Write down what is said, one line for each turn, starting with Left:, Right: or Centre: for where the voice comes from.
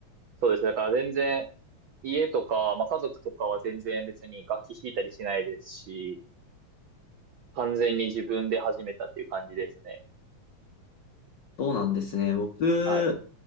Right: そうですね。だから全然、家とか、まあ、家族とかは全然別に楽器弾いたりしないですし、完全に自分で始めたっていう感じですね。
Left: そうなんですね。僕、
Right: はい。